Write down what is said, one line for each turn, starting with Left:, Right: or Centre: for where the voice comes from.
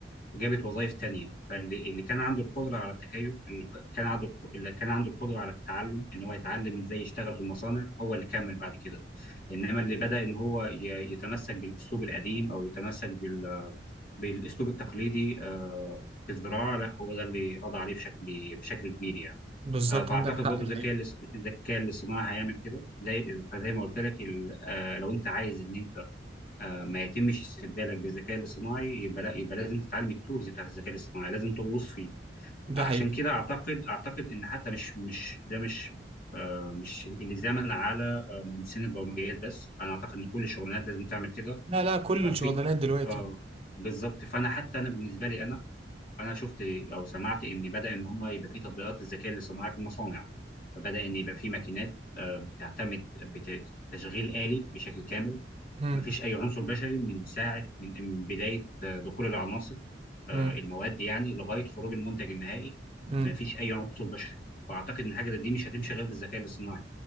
Left: جابت وظائف تانية فاللي اللي كان عنده القدرة على التكيف اللي كان عنده الق- اللي كان عنده القدرة على التعلم ان هو يتعلم ازاي يشتغل في المصانع هو اللي كمل بعد كده انما اللي بدأ ان هو ي- يتمسك بالاسلوب القديم او يتمسك بال- بالاسلوب التقليدي آه، في الزراعة لا هو ده اللي قضى عليه بشكل بشكل كبير يعني
Right: بالظبط
Left: آه، فاعتقد
Right: عندك حق
Left: برضه
Right: الحقيقه
Left: الذكاء الاص- الذكاء الاصطناعي هيعمل كده زي فزي ما قلت لك ال- آه، لو انت عايز ان انت آه، ما يتمش استبدالك بالذكاء الاصطناعي يبقى لا يبقى لازم تتعلم التولز بتاعت الذكاء الاصطناعي لازم تغوص فيه
Right: ده
Left: عشان
Right: حقيقي
Left: كده اعتقد اعتقد ان حتى مش مش ده مش آه، مش الزمن على آه، مهندسين البرمجيات بس انا اعتقد ان كل الشغلانات لازم تعمل كده
Right: لا لا كل
Left: ففي
Right: الشغلانات دلوقتي
Left: اه بالظبط فانا حتى انا بالنسبه لي انا انا شفت او سمعت ان بدا ان هم يبقى في تطبيقات للذكاء الاصطناعي في المصانع فبدا ان يبقى في ماكينات آه، بتعتمد بتشغيل آلي بشكل كامل
Right: مم.
Left: مفيش اي عنصر بشري من ساعه من من بدايه آه، دخول العناصر آه،
Right: مم.
Left: المواد يعني لغايه خروج المنتج النهائي
Right: مم.
Left: مفيش اي عنصر بشري فاعتقد ان حاجه زي دي مش هتمشي غير بالذكاء الاصطناعي